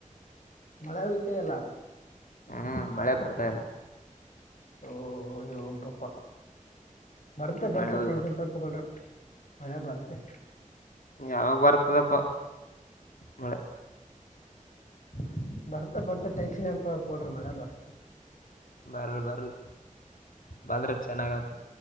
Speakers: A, on the left; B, on the left.
A: ಮಳೆ ಹಯತೆಯಲ್ಲ.
B: ಹಾ ಮಳೆ ಬರ್ತಾ ಇಲ್ಲ.
A: ಓಯ್ಯೋ ಪಾಪ ಬರ್ತ ಬರ್ತ
B: ಮಳೆ ಹೋಗ್ಬಿಡು
A: ಟೆನ್ಕ್ಷನ್ ತಕೊಬಲ್ರು. ಮಳೆ ಬರ್ತೆೆ.
B: ಯಾವಾಗ ಬರ್ತದಪ್ಪ ಮಳೆ.
A: ಹ ಬರ್ತಾ ಬರ್ತಾ ಟೆನ್ಕ್ಷನ್ ಎಂಪಕಡ್ರಿ ಮಳ ಬರ್ತ.
B: ಬರ್ಲಿ ಬರ್ಲಿ. ಬದ್ರ ಚೆನ್ನಾಗ್ತಾದ.